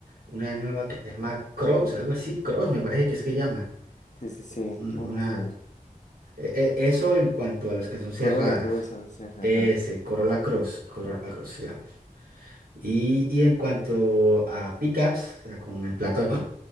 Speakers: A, on the right; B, on the left.
A: una nueva que se llama Cross, algo así, Cross me parece que es que llama.
B: Sí, sí, sí.
A: Un-
B: ¿Cómo
A: Una,
B: es la-
A: e- e- eso en cuanto a las que son cerradas.
B: Corro la cruz, ha de ser.
A: Ese,
B: Ajá.
A: Corolla Cross, Corolla Cross se llama. Y, y en cuanto a pickups, o sea, con el platón,